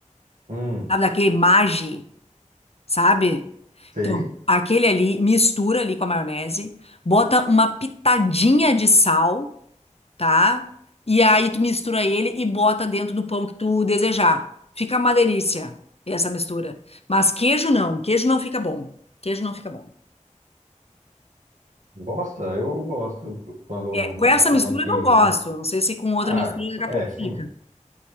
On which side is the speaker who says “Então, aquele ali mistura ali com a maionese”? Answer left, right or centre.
Left